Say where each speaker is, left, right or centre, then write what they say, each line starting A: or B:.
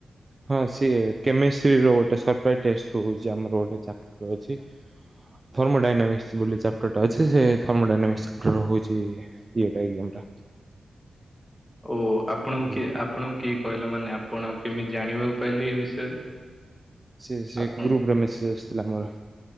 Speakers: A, on the right (about 25°); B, in the centre.
A: ହଁ ସିଏ କେମିଷ୍ଟ୍ରିର ଗୋଟେ ସରପ୍ରାଇଜ ଟେଷ୍ଟ ହଉଛି ଆମର ଗୋଟେ ଚାପଟର ଅଛି। ଥର୍ମୋଡାଇନାମିକ୍ସ ବୋଲି ଚାପ୍ଟରଟା ଅଛି ସେ ଥମୋ ଡାଇନାମିକ୍ସ ଚାପଟର ହେଉଛି-ଇ-ଇ ଇଆଟା ଇଗ୍ନୋ ଟା।
B: ଓହୋ ଆପଣଙ୍କୁ
A: ବୁଝିଲେ
B: କିଏ ଆପଣଙ୍କୁ କିଏ କହିଲା ମାନେ ଆପଣ କେମିତି ଜାଣିବାକୁ ପାଇଲେ ଏଇ ବିଷୟରେ? <inaudible>
A: ସିଏ ସିଏ
B: ଆପଣଙ୍କ
A: ଗୁରୁ ବ୍ର ଥିଲା ଆମର।